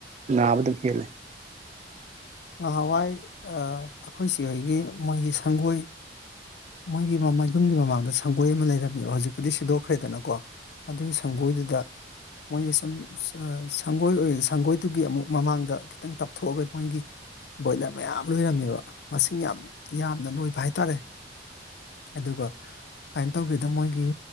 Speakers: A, on the right; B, on the left.
A: ꯅꯥꯕ ꯑꯗꯨꯝ ꯍꯦꯜꯂꯦ
B: ꯉꯍꯥꯟꯋꯥꯏ ꯑꯩꯈꯣꯏ ꯆꯦꯍꯣꯏꯒꯤ ꯃꯣꯏꯒꯤ ꯁꯪꯒꯣꯏ ꯃꯣꯏꯒꯤ ꯃꯌꯨꯝꯒꯤ ꯃꯃꯥꯡꯗ ꯁꯪꯒꯣꯏ ꯑꯃ ꯂꯩꯔꯝꯃꯦꯕ ꯍꯧꯖꯤꯛꯄꯨꯗꯤ ꯁꯤꯗꯣꯛꯈ꯭ꯔꯦꯗꯅꯀꯣ ꯑꯗꯨꯒꯤ ꯁꯪꯒꯣꯏꯗꯨꯗ ꯃꯣꯏꯁ ꯁꯨꯝ ꯁꯪꯒꯣꯏ ꯁꯪꯒꯣꯏꯗꯨꯒꯤ ꯑꯃꯨꯛ ꯃꯃꯥꯡꯗ ꯈꯤꯇꯪ ꯇꯞꯊꯣꯛꯑꯒ ꯃꯣꯏꯒꯤ ꯕꯣꯏꯂꯔ ꯃꯌꯥꯝ ꯂꯣꯏꯔꯝꯃꯦꯕ ꯃꯁꯤꯡ ꯌꯥꯝ ꯌꯥꯝꯅ ꯂꯣꯏꯕ ꯍꯥꯏꯇꯥꯔꯦ ꯑꯗꯨꯒ ꯀꯃꯥꯏꯅ ꯇꯧꯒꯦꯗ ꯃꯣꯏꯒꯤ